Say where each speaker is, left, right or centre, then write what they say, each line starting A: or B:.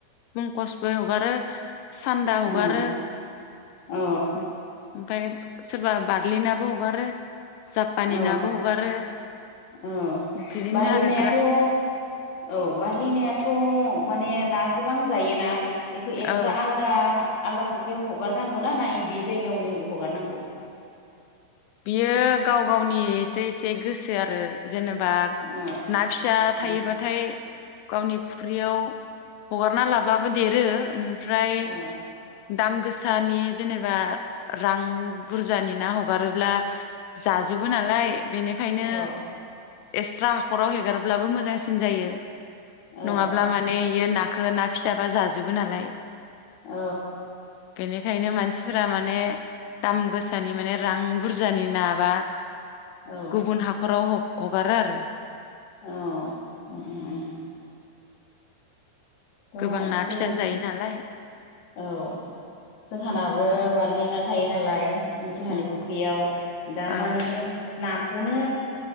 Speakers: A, on the left; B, on the left.
A: पंकस <unintelligible> हगारो सान्दा
B: औ
A: हगारो
B: औ
A: ओमफाय सोरबा बारलिनाबो हगारो जापानि
B: औ
A: नाबो हगारो
B: औ
A: बिदिनो
B: बारलिनायाथ
A: आरो ग्रा
B: औ बारलिनायाथ माने ना गोबां जायोना बेखौ एक्सट्रा
A: औ
B: आलदा आलदा फख्रियाव हगारनांगौ ना ना बे जायगायावनो हगारनांगौ
A: बियो गाव गावनि एसे एसे गोसो आरो जेनेब बा
B: औ
A: ना फिसा थायोबाथाय
B: औ
A: गावनि फुख्रियाव हगारना लाब्लाबो देरो। ओमफ्राय।
B: औ
A: दाम गोसानि जेनेबा रां बुरजानि ना हगारोब्ला। ब्ला। जाजोबो नालाय बेनिखायनो।
B: औ
A: एक्सट्रा हाखराव हेगारब्लाबो मोजांसिन जायो।
B: औ
A: नङाब्ला माने इयो ना- खौ ना फिसाबा जाजोबो नालाय।
B: औ।
A: बेनिखायनो मानसिफोरा माने दाम गोसानि माने रां। बुरजानि नाबा।
B: औ
A: गुबुन हाखराव। हगारो आरो।
B: औ ओम। दा
A: गोबां ना
B: जोंनि
A: फिसा जायो नालाय
B: औ जोंहानाबो बारलि ना। थायो नालाय। जोंहानि
A: उम
B: फुख्रियाव दा
A: ओ
B: माने ना। खौनो